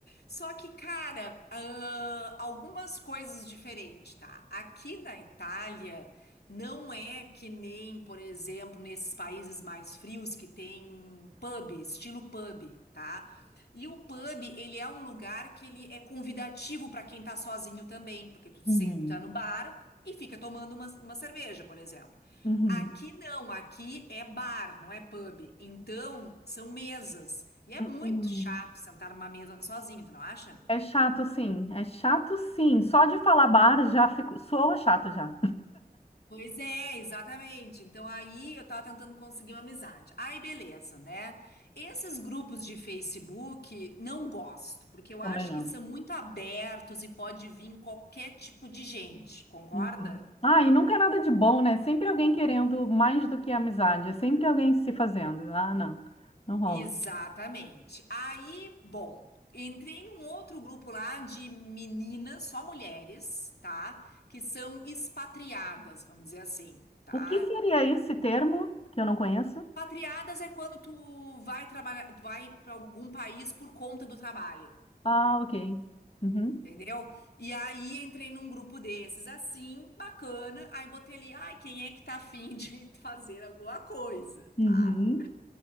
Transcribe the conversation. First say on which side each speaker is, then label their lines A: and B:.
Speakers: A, on the left; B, on the left.
A: Só que, cara, ahn, algumas coisas diferentes, tá? Aqui na Itália, não é que nem, por exemplo, nesses países mais frios que tem pub, estilo pub, tá? E o pub, ele é um lugar que ele é convidativo para quem tá sozinho também, porque tu senta
B: Uhum.
A: no bar e fica tomando uma, uma cerveja, por exemplo.
B: Uhum.
A: Aqui não, aqui é bar, não é pub. Então, são mesas. E é muito
B: Uhum.
A: chato sentar numa mesa sozinho, tu não acha?
B: É chato, sim. É chato, sim. Só de falar bar já fico... soa chato já.
A: Pois é, exatamente. Então aí eu tava tentando conseguir uma amizade. Aí beleza, né? Esses grupos de Facebook não gosto, porque eu acho
B: Também não.
A: que são muito abertos e pode vir qualquer tipo de gente, concorda?
B: Uhum. Ah, e nunca é nada de bom, né? Sempre alguém querendo mais do que amizade. É sempre alguém se fazendo. Ah, não. Não rola.
A: Exatamente. Aí, bom, entrei num outro grupo lá de meninas, só mulheres, tá? Que são expatriadas, vamos dizer assim, tá?
B: O que seria esse termo que eu não conheço?
A: Expatriadas é quando tu vai trabalhar, vai para algum país por conta do trabalho,
B: Ah, ok. Uhum.
A: entendeu? E aí entrei num grupo desses, assim, bacana. Aí botei ali, ai, quem é que tá afim de <laughs> fazer alguma coisa,
B: Uhum.
A: tá?